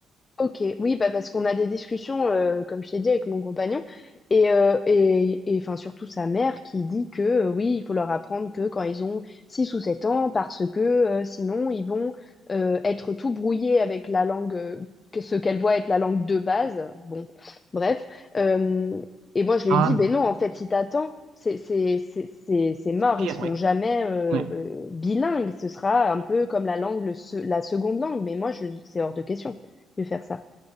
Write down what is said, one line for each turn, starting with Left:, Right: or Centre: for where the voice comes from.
Left: Ok, oui, bah parce qu'on a des discussions, euh, comme je t'ai dit, avec mon compagnon, et, euh, et, et, enfin surtout sa mère qui dit que euh, oui, il faut leur apprendre que quand ils ont 6 ou 7 ans, parce que euh, sinon ils vont euh, être tout brouillés avec la langue, euh, que- ce qu'elle voit être la langue de base. Bon, bref. Euh, et moi je
Right: Ah
Left: lui ai dit,
Right: non,
Left: ben non, en fait, si t'attends, c'est c'est- c'est- c'est- c'est mort,
Right: c'est pire,
Left: ils seront
Right: oui.
Left: jamais euh,
Right: Ouais.
Left: euh, bilingues, ce sera un peu comme la langue, le se- la seconde langue, mais moi je, c'est hors de question de faire ça.